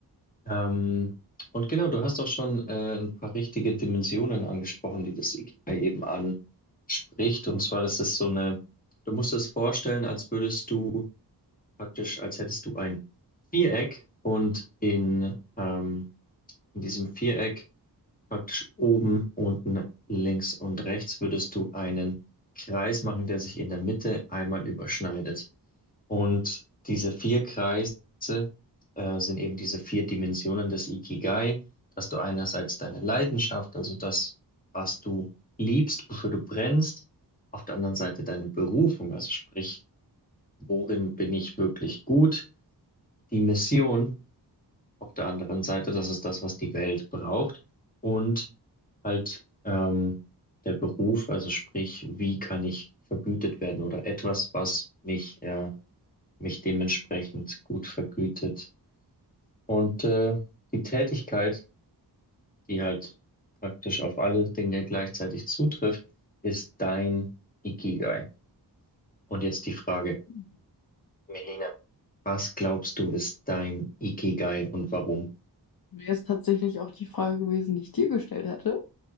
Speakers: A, on the left; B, on the left.
A: Ähm, und genau, du hast auch schon äh, ein paar richtige Dimensionen angesprochen, die das IKEA eben anspricht. Und zwar, das ist so eine, du musst es vorstellen, als würdest du praktisch, als hättest du ein Viereck und in, ähm, in diesem Viereck praktisch oben, unten, links und rechts würdest du einen Kreis machen, der sich in der Mitte einmal überschneidet. Und diese vier Kreise äh, sind eben diese vier Dimensionen des Ikigai, dass du einerseits deine Leidenschaft, also das, was du liebst, wofür du brennst, auf der anderen Seite deine Berufung, also sprich, worin bin ich wirklich gut, die Mission auf der anderen Seite, das ist das, was die Welt braucht, und halt ähm, der Beruf, also sprich, wie kann ich vergütet werden oder etwas, was mich äh, mich dementsprechend gut vergütet. Und äh, die Tätigkeit, die halt praktisch auf alle Dinge gleichzeitig zutrifft, ist dein Ikigai. Und jetzt die Frage,
B: war.
A: Melina, was glaubst du ist dein Ikigai und warum?
B: Wäre es tatsächlich auch die Frage gewesen, die ich dir gestellt hätte.